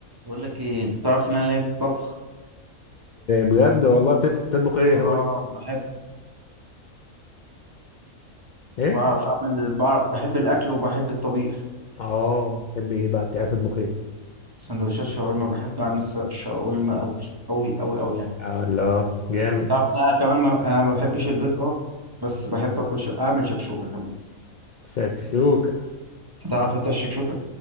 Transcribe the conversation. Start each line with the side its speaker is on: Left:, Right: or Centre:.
Right: بقول لك ايه انت تعرف ان انا ليا في الطبخ
Left: بجد والله بتت- بتطبخ ايه
Right: اه
Left: قول لي
Right: بحب
Left: ايه
Right: بعرف اعمل بعرف بحب الاكل وبحب الطبيخ
Left: اه تحب ايه بقى بتعرف تطبخ ايه
Right: سندوتشات شاورما بحب اعمل س- شاورما قوي قوي قوي قوي يعني
Left: آه، الله جامد
Right: تعرف ان انا كمان ما... انا ما بحبش البيض اه بس بحب اكل ش... اعمل شكشوكه كمان
Left: شكشوكة
Right: تعرف انت الشكشوكه